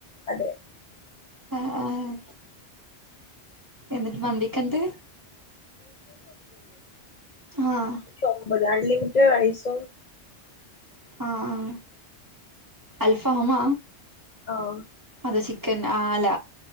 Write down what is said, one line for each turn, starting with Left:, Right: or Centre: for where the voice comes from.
Left: അതെ
Right: ആ ആഹ് എന്നിട്ട് മന്തി കെന്ത് ആഹ്
Left: ശമ്പത് അൻലിമിറ്റെ് റൈസ്.
Right: ആഹ അൽഫാമ്മ.
Left: ആഹ്
Right: അത് ചിക്കൻ ആ അല്ല